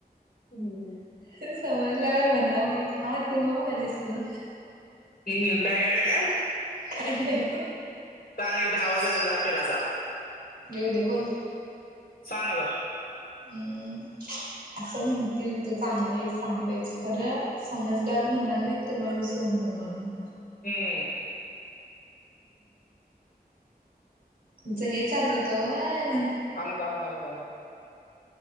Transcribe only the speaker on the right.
ते समजल्यावर म्हणणार नाहीत हा तू हो माझी सून.
काय नाही?
येऊ दे, बोल.
हम्म. असं म्हणतील तू चांगली आहेस चांगली आहेस खरं समजल्यावर म्हणणार नाही तु माझी- सून हो म्हणून
तुमचं हे चाललत व्हयं.